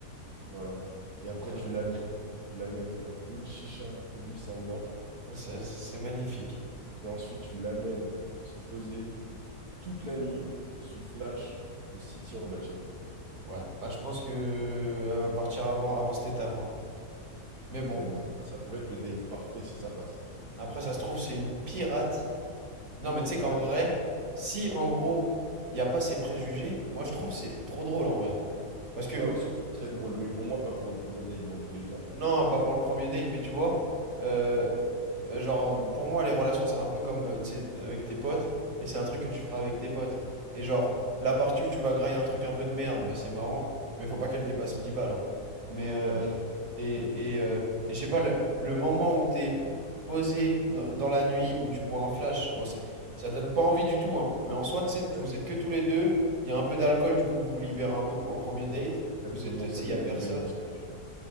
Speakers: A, on the right; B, on the right.
A: Voilà. Et après,
B: Non,
A: tu
B: je prendrais
A: l'amènes, tu l'amènes faire une chicha rue Saint-Maur.
B: Ça- C'est magnifique.
A: Et ensuite, tu l'amènes se poser toute la nuit sous flash au city en bas de chez toi.
B: Ouais. Bah, je pense que elle va partir avant, avant cette étape. hein. Mais
A: Ouais,
B: bon,
A: mais en soi, ça pourrait être le date parfait si ça passe.
B: après, ça se trouve, c'est une pirate. Non, mais tu sais
A: Ouais.
B: qu'en vrai, si en gros, il n'y a pas ces préjugés, moi je trouve que c'est trop drôle en vrai. Parce que,
A: Ouais, en soi, c'est très drôle. Mais pour moi, pas pour le premier date dans tous les cas.
B: non, pas pour le premier date, mais tu vois, euh, Euh, genre, pour moi, les relations, c'est un peu comme, euh, tu sais, avec tes potes, et c'est un truc que tu feras avec tes potes. Et genre, la partie où tu vas grailler un truc un peu de merde, bah c'est marrant, mais faut pas qu'elle dépasse dix balles. hein. Mais, euh,
A: Ouais, ouais,
B: et,
A: Mhm.
B: et, euh, et je sais pas, le, le moment où t'es posé dans, dans la nuit, où tu bois un flash, bon, c'est, ça donne pas envie du tout, hein. Mais en soi, tu sais,
A: ouais,
B: vous êtes que tous les deux, il y a un peu d'alcool, du coup, vous vous libérez un peu pour le premier date,
A: exactement.
B: vous êtes, tu
A: Ça
B: sais,
A: mène
B: il y a personne,
A: à une belle discussion.